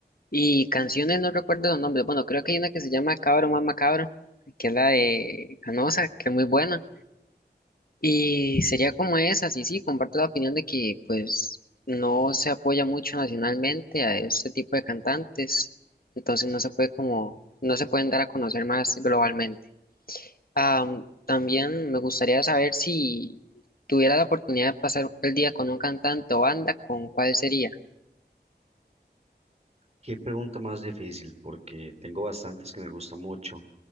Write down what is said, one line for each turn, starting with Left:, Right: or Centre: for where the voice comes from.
Left: Y canciones no recuerdo los nombres, bueno, creo que hay una que se llama Cabro más Macabro, que es la de Ganosa, que es muy buena. Y sería como esa sí sí, comparto la opinión de que pues no se apoya mucho nacionalmente a este tipo de cantantes, entonces no se puede como, no se pueden dar a conocer más globalmente. Am, también me gustaría saber si tuviera la oportunidad de pasar el día con un cantante o banda, ¿con cuál sería?
Right: Qué pregunta más difícil, porque tengo bastantes que me gustan mucho.